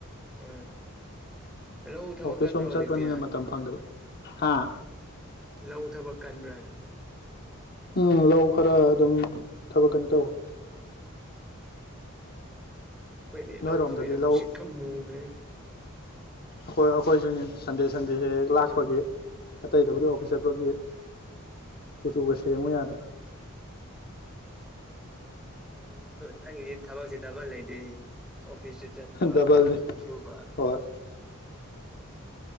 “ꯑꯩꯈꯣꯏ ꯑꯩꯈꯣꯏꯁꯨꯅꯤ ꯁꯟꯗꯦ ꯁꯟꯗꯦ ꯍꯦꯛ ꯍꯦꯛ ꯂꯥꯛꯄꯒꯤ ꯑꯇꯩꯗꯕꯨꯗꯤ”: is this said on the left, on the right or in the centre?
Left